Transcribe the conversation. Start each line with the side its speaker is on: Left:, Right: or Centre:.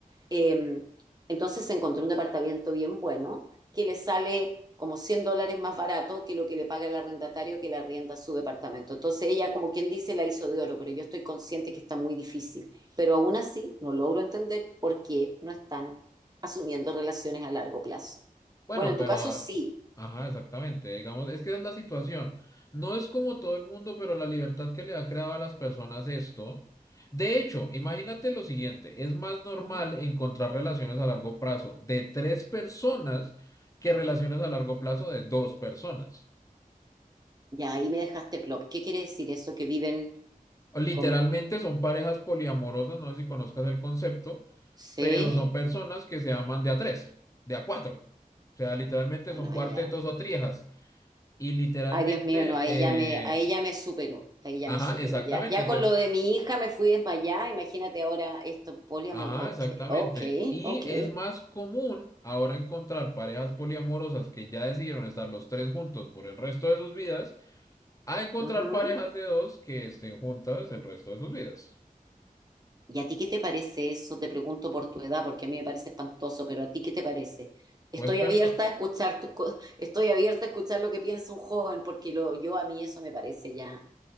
Right: eh, entonces encontró un departamento bien bueno que le sale como 100 dólares más barato que lo que le paga el arrendatario que le arrienda su departamento. Entonces ella, como quien dice, la hizo de oro, pero yo estoy consciente que está muy difícil. Pero aún así no logro entender por qué no están asumiendo relaciones a largo plazo.
Left: Bueno,
Right: Bueno, en
Left: pero,
Right: tu caso sí.
Left: ajá, exactamente. Digamos, es que esa es la situación. No es como todo el mundo, pero la libertad que le ha creado a las personas esto. De hecho, imagínate lo siguiente, es más normal
Right: ¿no?
Left: encontrar relaciones a largo plazo de tres personas que relaciones a largo plazo de dos personas.
Right: Ya ahí me dejaste plop. ¿Qué quiere decir eso? Que viven
Left: Literalmente
Right: como...
Left: son parejas poliamorosas, no sé si conozcas el concepto,
Right: Sí.
Left: pero son personas que se aman de a tres, de a cuatro. O sea, literalmente
Right: Ya
Left: son
Right: No,
Left: cuartetos
Right: ya.
Left: o triejas. Y literalmente,
Right: Ay, Dios mío, no, ahí
Left: eh,
Right: ya me, ahí ya me superó, ahí ya
Left: Ajá,
Right: me superó.
Left: exactamente.
Right: Ya, ya
Left: Entonces,
Right: con lo de mi hija me fui desmayada, imagínate ahora esto, poliamor.
Left: ajá,
Right: Ok,
Left: exactamente.
Right: ok,
Left: Y
Right: ok.
Left: es más común ahora encontrar parejas poliamorosas que ya decidieron estar los tres juntos por el resto de sus vidas, a encontrar
Right: Ujú.
Left: parejas de dos que estén juntas el resto de sus vidas.
Right: ¿Y a ti qué te parece eso? Te pregunto por tu edad, porque a mí me parece espantoso, pero ¿a ti qué te parece? Estoy
Left: Pues, perso-
Right: abierta a escuchar tus co- estoy abierta a escuchar lo que piensa un joven, porque lo, yo a mí eso me parece ya.